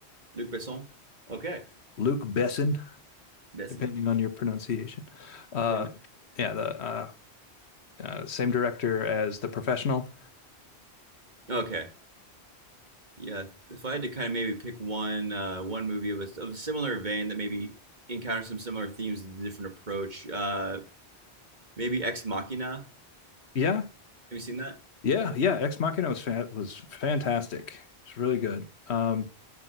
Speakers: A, on the right; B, on the left.
A: Luc Besson. Okay.
B: Luc Besson,
A: Besson.
B: depending on your pronunciation. Uh,
A: Yeah, no-
B: yeah, the uh, uh, same director as The Professional.
A: Okay. Yeah. If I had to kind of maybe pick one uh, one movie of a, of a similar vein that maybe encounters some similar themes and a different approach, uh, maybe Ex Machina. Have
B: Yeah,
A: you seen that?
B: yeah, yeah. Ex Machina was fa- was fantastic. It's really good. Um,